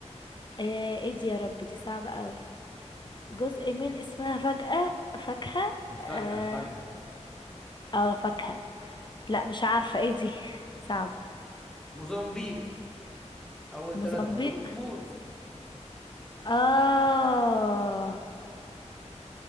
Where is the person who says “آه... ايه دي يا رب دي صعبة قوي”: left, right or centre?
Left